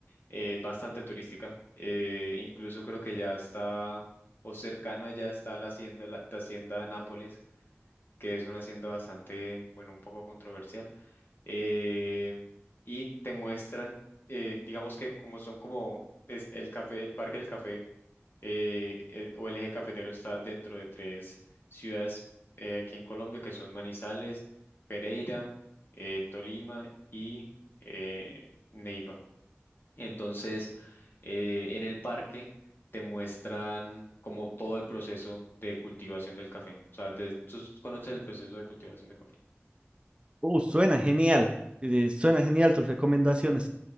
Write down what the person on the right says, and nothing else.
Uh, suena genial, eh, suena genial tus recomendaciones.